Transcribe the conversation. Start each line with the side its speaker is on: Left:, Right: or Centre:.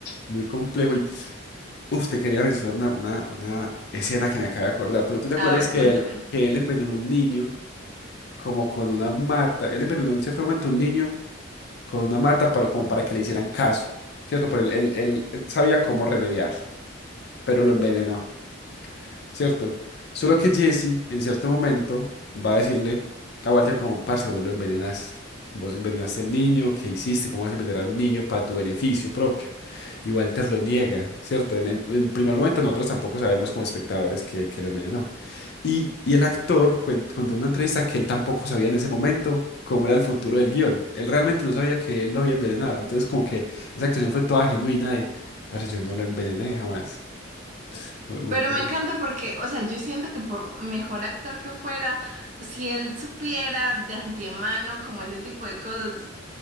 Left: muy complejo y, uf, te quería mencionar una, una, una escena que me acabo de acordar. ¿Tú, tú te acuerdas
Right: A ver,
Left: que
Right: cuéntame.
Left: él, que él envenenó a un niño como con una mata? Él envenenó en cierto momento a un niño con una mata para, como para que le hicieran caso, ¿cierto? Pero él, él- él- él sabía cómo remediarlo, pero lo envenenó. ¿cierto? Solo que Jesse, en cierto momento, va a decirle a Walter como, parce, vos lo envenenaste. Vos envenenaste al niño, ¿qué hiciste? ¿Cómo vas a envenenar a un niño para tu beneficio propio? Y Walter lo niega, ¿cierto? En, en- en primer momento nosotros tampoco sabemos como espectadores que, que lo envenenó. Y, y el actor cuen- contó en una entrevista que él tampoco sabía en ese momento cómo era el futuro del guión. Él realmente no sabía que él lo había envenenado. Entonces como que esa actuación fue toda genuina de, parce, yo no lo envenené jamás. Muy, muy
Right: Pero
Left: curioso.
Right: me encanta porque, o sea, yo siento que por mejor actor que fuera, si él supiera de antemano como ese tipo de cosas,